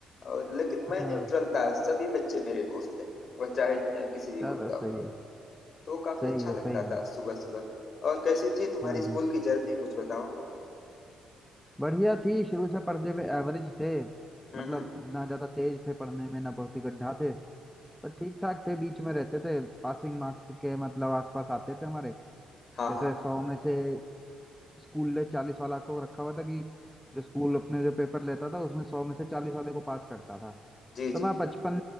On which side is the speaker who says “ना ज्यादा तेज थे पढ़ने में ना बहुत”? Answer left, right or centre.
Centre